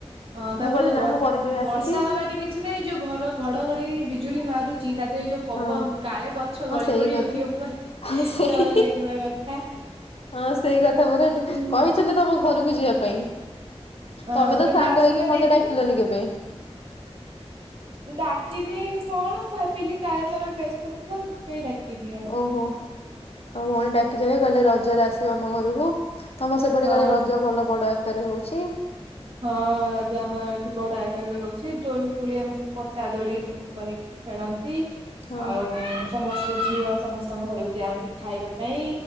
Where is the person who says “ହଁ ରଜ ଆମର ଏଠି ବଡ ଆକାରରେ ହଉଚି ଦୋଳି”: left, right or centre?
Right